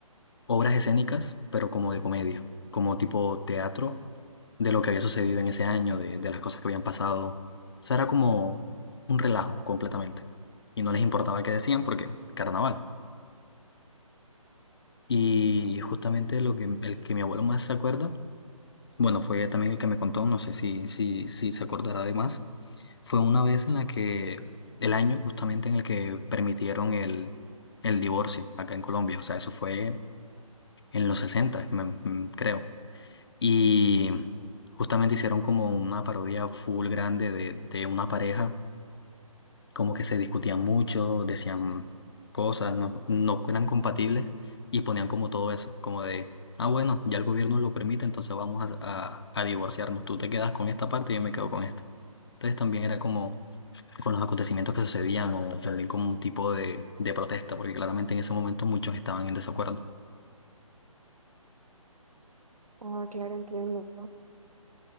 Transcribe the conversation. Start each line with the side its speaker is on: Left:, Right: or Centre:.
Left: obras escénicas, pero como de comedia, como tipo teatro de lo que había sucedido en ese año, de, de las cosas que habían pasado. O sea, era como un relajo completamente. Y no les importaba qué decían porque carnaval. Y justamente lo que, el que mi abuelo más se acuerda Bueno, fue también el que me contó, no sé si, si, si se acordará de más. Fue una vez en la que, el año justamente en el que permitieron el, el divorcio acá en Colombia, o sea, eso fue en los 60, me- mm, creo. Y justamente hicieron como una parodia full grande de, de una pareja como que se discutían mucho, decían cosas, no, no eran compatibles y ponían como todo eso, como de, ah, bueno, ya el gobierno lo permite, entonces vamos a, a, a divorciarnos, tú te quedas con esta parte y yo me quedo con esta. Entonces también era como con los acontecimientos que sucedían o también como un tipo de, de protesta, porque claramente en ese momento muchos estaban en desacuerdo.
Right: Ah, claro, entiendo.